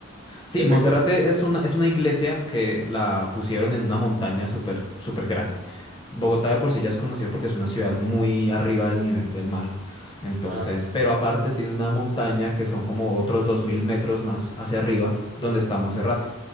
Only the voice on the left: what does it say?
Sí,
Monserrate
es una, es una iglesia que la pusieron en una montaña súper, súper grande. Bogotá de por sí ya es conocido porque es una ciudad muy arriba del nivel del mar. Entonces,
pero aparte tiene una montaña que son como otros 2.000 metros más hacia arriba donde está Monserrate.